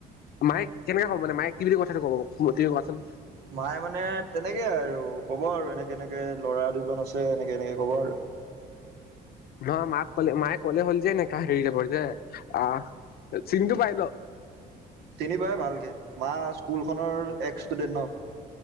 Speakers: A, on the left; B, on the right.
A: মায়ে কেনেকে ক'ব মানে মায়ে কি বুলি কথাটো ক'ব তুমি কোৱাচোন
B: নাই মানে তেনেকে আৰু কব আৰু এনেকে এনেকে ল'ৰা দুজন আছে এনেকে এনেকে কব আৰু
A: নহ মাক কলে মায়ে কলে হ'ল যে নে কাহ হেৰি যাবৰ যে আহ চিনটো পাই ন
B: চিনি পাই ভালকে মা স্কুল খনৰ এক ষ্টুডেন্ট ন